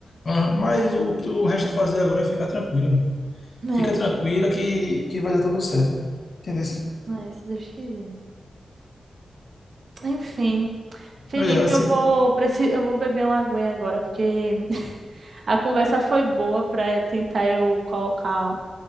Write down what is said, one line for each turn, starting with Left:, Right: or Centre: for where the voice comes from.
Left: Aham. Mas o que tu resta fazer agora é ficar tranquilo.
Right: É.
Left: Fica tranquila que, que vai dar tudo certo. Entendeu?
Right: É, se Deus quiser. Enfim, Felipe,
Left: É, assim,
Right: eu vou, preci- eu vou beber uma aguinha agora, porque a conversa foi boa para tentar eu colocar